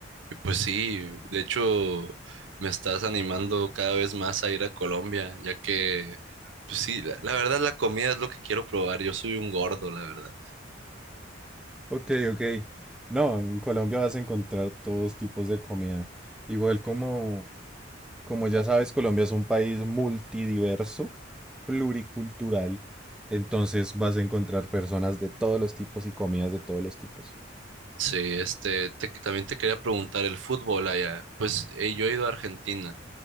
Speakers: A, on the right; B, in the centre.
A: y pues sí, de hecho me estás animando cada vez más a ir a Colombia, ya que, pues sí, la, la verdad la comida es lo que quiero probar, yo soy un gordo, la verdad.
B: Ok, ok. No, en Colombia vas a encontrar todos tipos de comida. Igual como, Como ya sabes, Colombia es un país multidiverso, pluricultural, entonces vas a encontrar personas de todos los tipos y comidas de todos los tipos.
A: Sí, este, te- también te quería preguntar el fútbol allá, pues eh, yo he ido a Argentina.